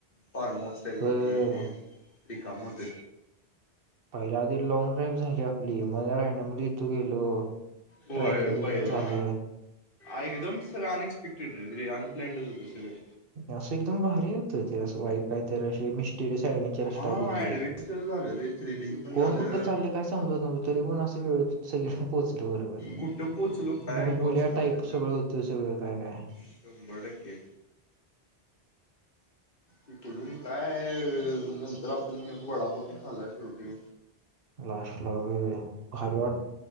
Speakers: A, on the left; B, on the right.
A: फार्म हाऊस टाईप
B: होय
A: होत घर ते रिकाम होत
B: पहिल्या आधी लँग ड्राईव्ह झाली आपली मग रान्डोम्ली इथ गेलो
A: होय
B: ट्रॅकिंग बिकिंग
A: पहिला
B: झालं
A: एकदम सगळं अनएक्सपेक्टेड अनप्लॅडच होत सगळं
B: असं एकदम भारी होत ते असं वाइब काय तर असे मि रस ॲडव्हेंचरस
A: हा
B: टाईप होती
A: ऍडव्हेंचर झालं रे थ्रिलिंग पण झालं
B: कोण कुठ चालले काय समजत नव्हत तरी पण असं ळ सगळ पोचलं बरोबर
A: कुठं पोहोचलो काय
B: भुलभुल्या
A: केव्हा समजलं
B: टाईप
A: नाही.
B: सगळं होतं सगळं काय काय
A: शंभर टक्के इकडून काय नंतर आपण वडापाव तेन खाल्ला शेवटी
B: लास्टला वेळ भारी वा